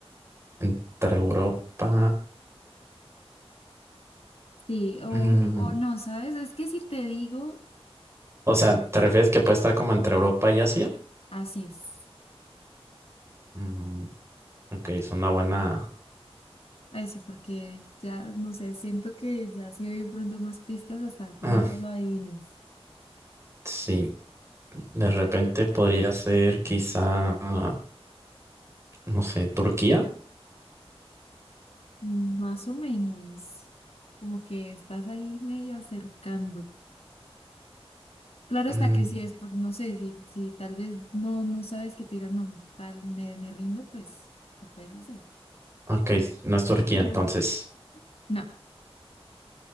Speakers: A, on the right (about 25°); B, on the left (about 70°).
A: entre Europa.
B: Sí, o,
A: mm,
B: o no, ¿sabes? Es que si te digo,
A: o sea, ¿te refieres que puede estar como entre Europa y Asia?
B: así es.
A: Mm, ok, es una buena.
B: Eso, porque ya, no sé, siento que ya si doy de pronto más pistas, hasta de pronto
A: Ah,
B: lo adivines.
A: sí, de repente podría ser quizá, ah, no sé, Turquía.
B: Mm, Más o menos, como que estás ahí medio acercándote. Claro está
A: Mm,
B: que si es, pues, no sé, si, si tal vez no, no sabes que te digas, no, tal, me, me rindo, pues lo puedes hacer.
A: ok, no es Turquía
B: <laughs>
A: entonces.
B: No,